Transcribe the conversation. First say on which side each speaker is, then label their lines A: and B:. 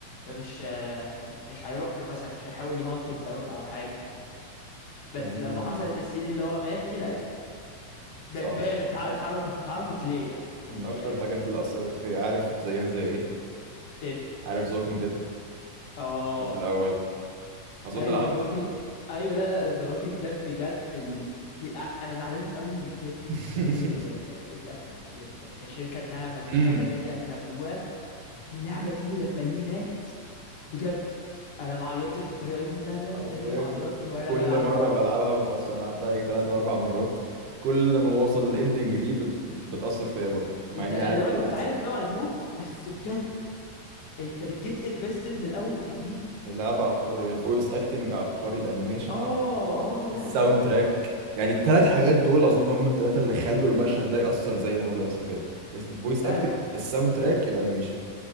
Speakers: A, on the left; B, on the right.
A: فمش آه، مش هيروح له مثلا مش هيحاول يهانتم داون او حاجه بس
B: تمام
A: لما حصلت السين اللي هو مات دي لا يعني ب-
B: صعبة
A: باين اتع- اتعرفت اتعرفت ليه يعني
B: من
A: يعني
B: أكتر الحاجات اللي أثرت فيا عارف زيها زي إيه؟
A: ايه
B: عارف The Walking Dead
A: اه
B: الجزء الأول أظن
A: ايوه
B: لعبته
A: ذا ووكينج ايوه لا لا ذا ووكينج ديد بجد ال... انا زعلان قوي بجد ان
B: <laughs>
A: تلتيل آه، اتقفلت بجد يعني كشركه انها ما فيش
B: امم
A: حاجه تانية هتعملوها اللعبة دي لما ليه مات بجد انا ما عيطتش بالطريقة دي فعلا
B: حرفيا
A: زي ما عيطت وانا
B: كل
A: بلعب
B: مرة
A: اللعبة
B: بلعبها
A: دي
B: بتأثر أنا لعبتها يجي تلات أو أربع مرات كل ما بوصل للإندنج دي بت... بت... بتأثر فيا برضه مع
A: انت
B: إني
A: لو
B: عارف إيه
A: انت
B: اللي
A: انت
B: هيحصل
A: عارف ان هو هيموت بس بجد انت بتجيت انفستد من الاول وجديد
B: اللعبة عبقرية الفويس اكتنج عبقري الانيميشن
A: اه
B: عبقري
A: اه لا
B: الساوند
A: لا لا
B: تراك يعني التلات حاجات دول اظن هم التلاتة اللي خلوا المشهد ده يأثر زي ما هو بيأثر كده الفويس
A: فعلا
B: اكتنج الساوند تراك الانيميشن